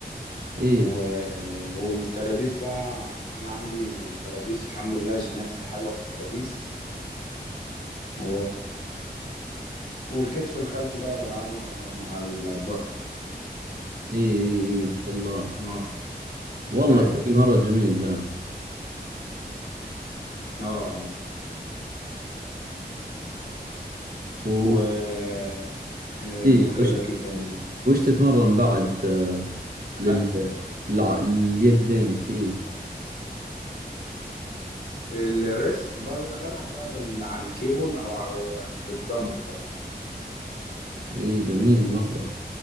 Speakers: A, on the right; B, on the left.
A: ايه
B: و-
A: ايه
B: والترابيز بقى انا عندي الترابيز الحمد لله جيناتي حلوه في الترابيز و... والكتف الخلفي بقى بلعبه آه، مع الظهر
A: ايه إيه، ما شاء الله
B: اه
A: والله
B: ايوه
A: شيء مره جميل ذا
B: اه آه.
A: و...
B: و آه،
A: ايه
B: كنت اقول
A: وش
B: لك ايه تاني
A: وش تتمرن بعد آه، لل...
B: خدت
A: للع... ليدينك ايه
B: الريست بل... بلعب بقى بال... على الكيبل او على بالدمبل برضه
A: ايه جميل مره